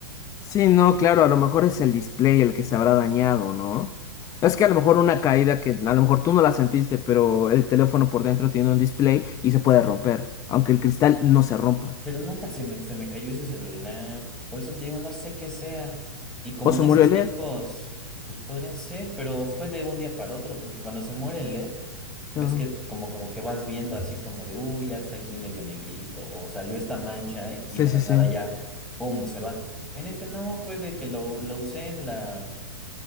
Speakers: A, on the left; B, in the centre.
A: Sí, no, claro, a lo mejor es el display el que se habrá dañado, ¿no? Es que a lo mejor una caída que a lo mejor tú no la sentiste, pero el teléfono por dentro tiene un display y se puede romper, aunque el cristal no se rompa.
B: Pero nunca se me, se me cayó ese celular. Por eso te digo, no sé qué sea. Y como
A: O se
B: en esos
A: murió el
B: tiempos,
A: LED.
B: pues podría ser, pero fue de un día para otro, porque cuando se muere el LED,
A: Claro.
B: ves que como, como que vas viendo así como de, uy, ya está aquí medio negrito, o salió esta mancha eh
A: Sí,
B: y de
A: sí,
B: la
A: sí.
B: nada ya, ¡pum!, se va. En este no, fue de que lo, lo usé en la